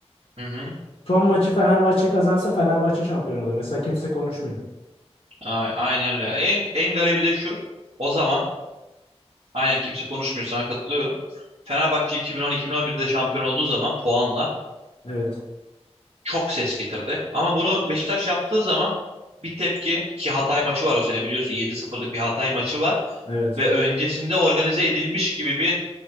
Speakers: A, on the right (about 90°); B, on the left (about 65°).
A: Hı hı.
B: Son maçı Fenerbahçe kazansa Fenerbahçe şampiyon oluyor. Mesela kimse konuşmuyor.
A: A- Aynen öyle. En, en garibi de şu. O zaman aynen kimse konuşmuyor sana katılıyorum. Fenerbahçe 2010-2011'de şampiyon olduğu zaman puanla
B: Evet.
A: çok ses getirdi. Ama bunu Beşiktaş yaptığı zaman bir tepki ki Hatay maçı var o sene biliyorsun yedi sıfırlık bir Hatay maçı var.
B: Evet.
A: ve öncesinde organize edilmiş gibi bir